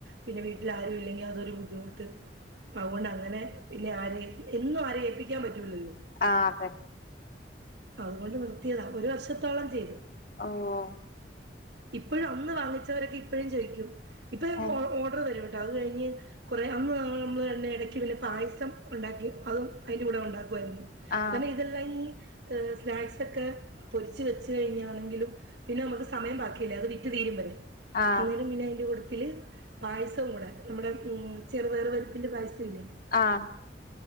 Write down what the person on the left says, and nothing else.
ആഹ് അതന്നെ
ഓഹ് ഓഹ്
ഏഹ്
ആഹ്
ആഹ്
ആഹ്